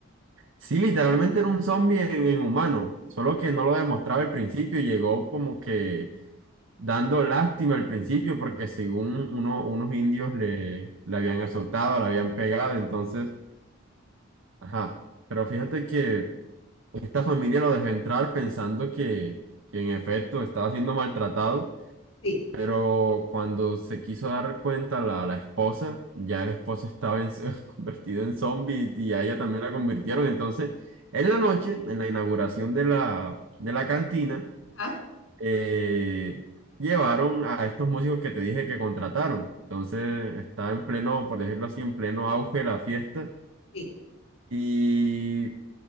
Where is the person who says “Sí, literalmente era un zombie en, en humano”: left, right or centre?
Right